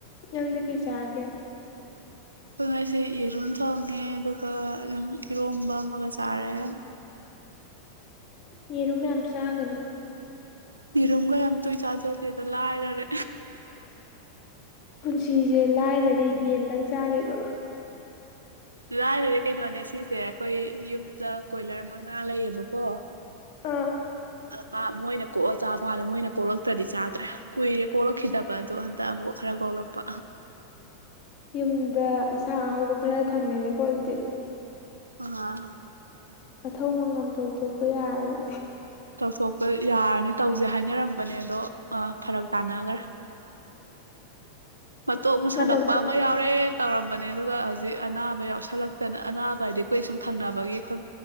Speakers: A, on the left (about 50°); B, on the right (about 80°).
A: ꯅꯪꯗꯤ ꯀꯩ ꯆꯥꯔꯒꯦ
B: ꯑꯩꯈꯣꯏ ꯉꯁꯤ ꯌꯦꯔꯨꯝ ꯊꯣꯡꯉꯦ ꯑꯗꯨꯒ ꯑꯗꯨꯝ ꯏꯔꯣꯝꯕ ꯑꯃꯒ ꯆꯥꯔꯦ
A: ꯌꯦꯔꯨꯝ ꯃꯌꯥꯝ ꯆꯥꯒꯅꯨ
B: ꯔꯨꯝꯒ ꯌꯥꯝ ꯇꯣꯏ ꯆꯥꯖꯗꯦꯗ ꯂꯥꯏꯔꯔꯦ
A: ꯄꯨꯟꯁꯤꯁꯦ ꯂꯥꯏꯔꯔꯦ ꯌꯦꯟꯗꯪ ꯆꯥꯔꯦꯗꯣ
B: ꯂꯥꯏꯅꯗꯤ ꯀꯩꯅꯣꯅꯦ ꯁꯤꯁꯦ ꯑꯩꯈꯣꯏ ꯌꯨꯝꯗ ꯀꯣꯏꯂꯔ ꯃꯉꯥ ꯂꯩꯌꯦꯕꯀꯣ
A: ꯑꯥ
B: ꯃꯥ ꯃꯣꯏꯅ ꯀꯣꯛꯑ ꯆꯥꯕ ꯍꯥꯟꯂ ꯃꯣꯏꯅ ꯀꯣꯛꯂꯛꯇ꯭ꯔꯗꯤ ꯆꯥꯗ꯭ꯔꯦ ꯀꯨꯏꯔꯦ ꯀꯣꯛꯂꯛꯈꯤꯗꯕ ꯑꯗꯣ ꯍꯟꯗꯛ ꯑꯃꯨꯛ ꯈꯔꯒꯣꯂꯄ
A: ꯌꯨꯝꯗ ꯏꯁꯟꯥ ꯑꯍꯥꯎꯕ ꯈꯔ ꯊꯝꯃꯦꯅꯦꯀꯣ ꯑꯗꯨꯗꯤ
B: ꯑ
A: ꯃꯊꯧ ꯃꯉꯝ ꯇꯧ ꯊꯣꯛꯄ ꯌꯥꯔꯅꯤ
B: ꯇꯧꯊꯣꯛꯄ ꯌꯥꯔꯅꯤ ꯇꯧꯁꯦ ꯍꯥꯏꯅꯔꯝꯕꯅꯦ ꯑꯗꯣ ꯐꯔꯛ ꯇꯥꯅꯈ꯭ꯔꯦ ꯃꯇꯣꯛ ꯃꯨ ꯁꯥꯗꯛꯄ
A: ꯃꯇꯝ ꯀꯛ
B: ꯑꯃ ꯌꯥꯎꯔꯦ ꯇꯧꯔꯝꯕꯅꯦ ꯑꯗꯨꯒ ꯍꯧꯖꯤꯛ ꯑꯅꯥꯕ ꯌꯥꯎꯁ ꯈꯜꯂꯛꯇꯅ ꯑꯅꯥꯕ ꯍꯥꯏꯗꯤ ꯀꯨꯣꯏ ꯁꯨꯝ ꯊꯪꯅꯕꯒꯤ ꯑꯩꯈꯣꯏ